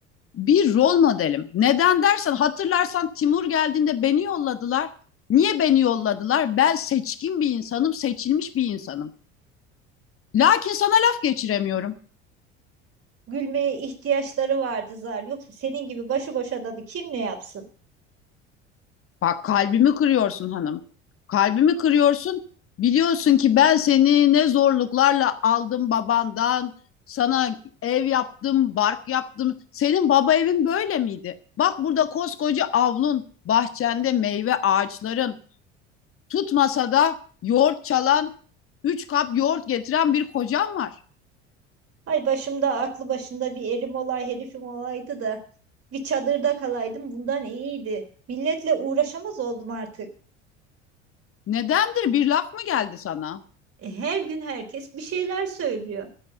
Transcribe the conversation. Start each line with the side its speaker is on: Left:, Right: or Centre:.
Left: bir rol modelim. Neden dersen hatırlarsan Timur geldiğinde beni yolladılar. Niye beni yolladılar? Ben seçkin bir insanım, seçilmiş bir insanım. Lakin sana laf geçiremiyorum.
Right: Gülmeye ihtiyaçları vardı zar. Yoksa senin gibi başıboş adamı kim ne yapsın?
Left: Bak kalbimi kırıyorsun hanım. Kalbimi kırıyorsun. Biliyorsun ki ben seni ne zorluklarla aldım babandan. Sana ev yaptım, bark yaptım. Senin baba evin böyle miydi? Bak burada koskoca avlun, bahçende meyve ağaçların, tutmasa da yoğurt çalan, üç kap yoğurt getiren bir kocan var.
Right: Ay başımda aklı başında bir erim olay herifim olaydı da bir çadırda kalaydım bundan iyiydi. Milletle uğraşamaz oldum artık.
Left: Nedendir? Bir laf mı geldi sana?
Right: E, Her gün herkes bir şeyler söylüyor.